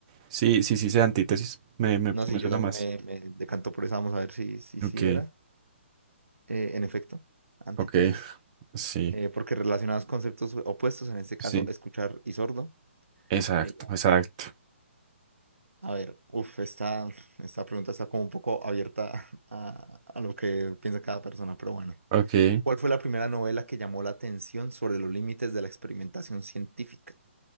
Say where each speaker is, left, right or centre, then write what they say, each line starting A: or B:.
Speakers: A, on the right; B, on the right.
A: si si, si sea antítesis, me, me,
B: No,
A: me
B: sí,
A: suena
B: yo también
A: más.
B: me, me decanto por esa. Vamos a ver si, si, si
A: Ok,
B: era. Eh, en efecto, antítesis.
A: ok, sí,
B: Eh, porque relacionados conceptos opuestos, en este caso,
A: sí,
B: escuchar y sordo.
A: exacto,
B: Eh,
A: exacto.
B: a ver, uff, esta, esta pregunta está como un poco abierta <laughs> a, a lo que piensa cada persona, pero bueno.
A: Ok,
B: ¿Cuál fue la primera novela que llamó la atención sobre los límites de la experimentación científica?